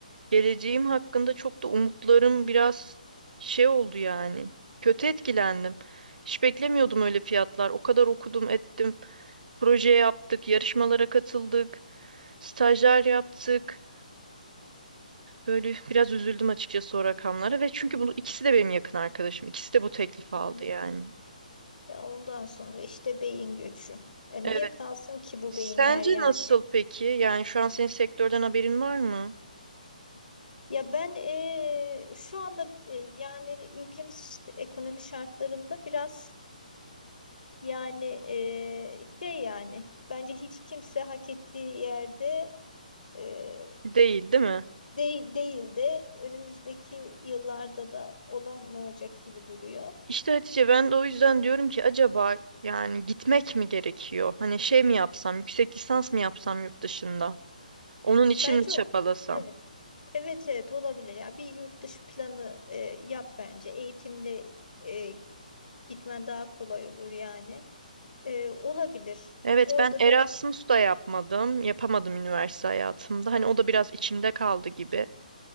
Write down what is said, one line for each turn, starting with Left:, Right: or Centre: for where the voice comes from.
Right: geleceğim hakkında çok da umutlarım biraz şey oldu yani. Kötü etkilendim. Hiç beklemiyordum öyle fiyatlar. O kadar okudum, ettim. Proje yaptık, yarışmalara katıldık, stajlar yaptık. Böyle biraz üzüldüm açıkçası o rakamlara ve çünkü bunu ikisi de benim yakın arkadaşım. İkisi de bu teklifi aldı
Left: Hmm,
Right: yani.
Left: Ya ondan sonra işte beyin göçü. E,
Right: Evet.
Left: niye kalsın ki bu
Right: Sence
Left: beyinler yani?
Right: nasıl peki? Yani şu an senin sektörden haberin var mı?
Left: Ya ben eee, şu anda eee, yani ülkemiz ekonomi şartlarında biraz yani eee, şey yani bence hiç kimse hak ettiği yerde eee,
Right: Değil, değil mi?
Left: değil, değil de önümüzdeki yıllarda da olamayacak gibi duruyor.
Right: İşte Hatice ben de o yüzden diyorum ki acaba yani gitmek mi gerekiyor? Hani şey mi yapsam, yüksek lisans mı yapsam yurt dışında? Onun için
Left: Bence
Right: mi çabalasam?
Left: o- evet evet evet olabilir ya bir yurt dışı planı e, yap bence eğitimle e, gitmen daha kolay olur yani E, olabilir.
Right: Evet
Left: Orada
Right: ben Erasmus
Left: da
Right: da yapmadım, yapamadım üniversite hayatımda. Hani o da biraz içimde kaldı gibi.